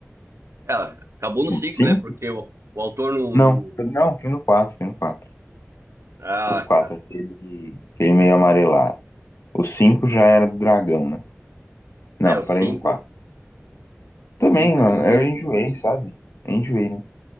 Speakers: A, on the right; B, on the left.
A: Ah, acabou no cinco,
B: cinco
A: né? Porque o, o autor não,
B: Não,
A: não-
B: não, fui no 4 fui no quatro
A: Ah,
B: O 4
A: tá.
B: aquele, aquele meio amarelado. O 5 já era do dragão, né? Não,
A: É, o cinco.
B: falei no quatro
A: O
B: Também,
A: 5
B: mano,
A: inclusive,
B: eu enjoei, sabe? Eu enjoei, né?